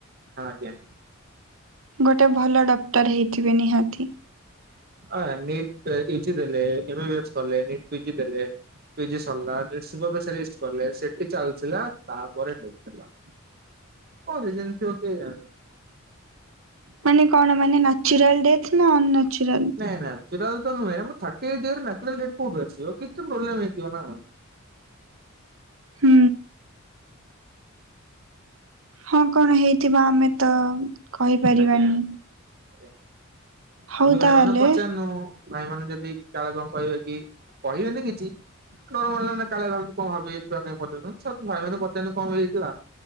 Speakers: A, on the right; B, on the right.
A: ହଁ ଆଜ୍ଞା।
B: ଗୋଟେ ଭଲ ଡକ୍ଟର ହେଇଥିବେ ନିହାତି।
A: ହଁ ନିଟ ଏଯି ଦେଲେ ଏମ୍ ବି ଏସ କଲେ <unintelligible> ଦେଲେ। ପିଜି ସରିଲା ଶିବ ସ୍ପେଶିଆଲିଷ୍ଟ କଲେ ସେଠି ଚାଲିଥିଲା ତାପରେ ଦେଖିଲା ପରେ ଜାଣଥିବ କେଜାଣି।
B: ମାନେ କଣ ମାନେ ନ୍ୟଚୁରାଲ ଡେଥ ନା ଅନ୍ୟଚୁରାଲ?
A: ନାଇଁ ନାଚୁରାଲ ତ ନୁହେଁ ଥାଟୀ ଏଇଟ ଇଅର ନାଚୁରଲ ଡେଥ କୋଉଠୁ ଆସିବ କିଛି ପ୍ରୋବ୍ଲେମ ହେଇଥିବ ନା।
B: ହୁଁ। ହଁ କଣ ହେଇଥିବ ଆମେ ତ କହିପାରିବାନି।
A: ଆଜ୍ଞା ଆଜ୍ଞା
B: ହଉ
A: ଆମେ ଭାଇ
B: ତାହେଲେ
A: ମାନଙ୍କୁ ପଚାରନୁ ଭାଇ ମାନେ ଯଦି କାଳେ କଣ କହିବେ କି କହିବେନି କିଛି ଡର ମାଡ଼ଲା ନା କାଳେ ଭୁ କଣ ଭାବିବେ ଛୁଆ କାଇ ପଚାରଛନ୍ତି, ସୁ ଭାଇ ମାନଙ୍କୁ ପଚାରୁ କ ପାଇ ହେଇଯାଇଥିଲା।